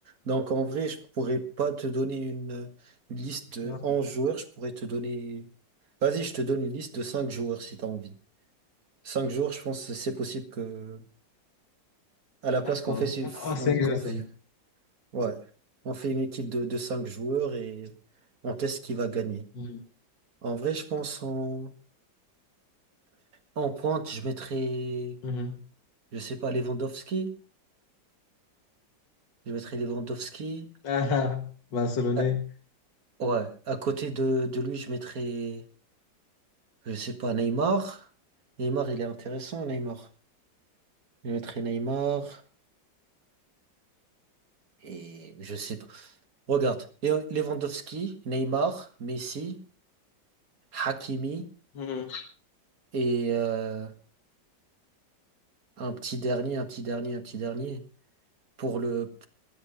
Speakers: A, on the right; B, on the left.
A: Donc en vrai, je pourrais pas te donner une, une liste de
B: Non,
A: 11 joueurs, je pourrais te donner... Vas-y, je te donne une liste de 5 joueurs si tu as envie. 5 joueurs, je pense que c'est possible que... À la place
B: D'accord.
A: qu'on fait... si-
B: Oh, c'est
A: On, qu'on
B: Gerson.
A: fait- ouais, on fait une équipe de, de 5 joueurs et on teste qui va gagner.
B: Mhm.
A: En vrai, je pense en, en pointe, je mettrais,
B: Mhm. <laughs>
A: je sais pas, Lewandowski. Je mettrais Lewandowski.
B: Ah, ah, Barcelonais.
A: Ah, ouais, à côté de, de lui, je mettrais, je sais pas, Neymar. Neymar, il est intéressant, Neymar. Je mettrais Neymar. Et je sais pas. Regarde, Lé- Lewandowski, Neymar, Messi, Hakimi
B: Mhm.
A: et euh, un petit dernier, un petit dernier, un petit dernier. Pour le,